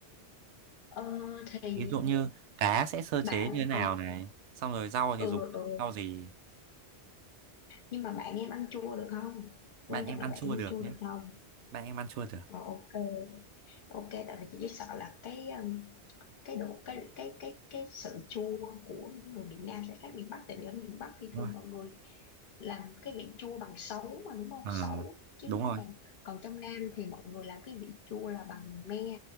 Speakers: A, on the left; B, on the right.
A: ờ, thì
B: ví dụ như cá sẽ sơ chế
A: bạn
B: như thế nào
A: ờ
B: này xong rồi rau thì
A: ừ
B: dùng
A: ừ
B: rau gì
A: nhưng mà bạn em ăn chua được không quan
B: bạn em
A: trọng là
B: ăn
A: bạn
B: chua
A: ăn
B: được
A: chua
B: nhé
A: được không
B: bạn em ăn chua được
A: ờ ok ok tại vì chị chỉ sợ là cái um, cái độ cái cái cái cái sự chua của người miền Nam sẽ khác miền Bắc tại vì ở miền Bắc thì
B: đúng
A: thường
B: không?
A: mọi người làm cái vị chua bằng sấu mà đúng không
B: Ờ,
A: sấu chứ
B: đúng rồi
A: còn còn trong Nam thì mọi người làm cái vị chua là bằng me